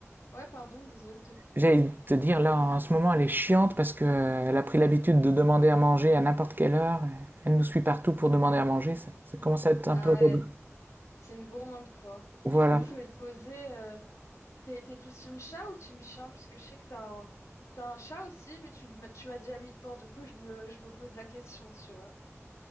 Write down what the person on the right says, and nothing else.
j'allais te dire, là, en ce moment, elle est chiante parce que euh, elle a pris l'habitude de demander à manger à n'importe quelle heure. Elle nous suit partout pour demander à manger. Ça, ça commence à être un
peu
relou.
Voilà.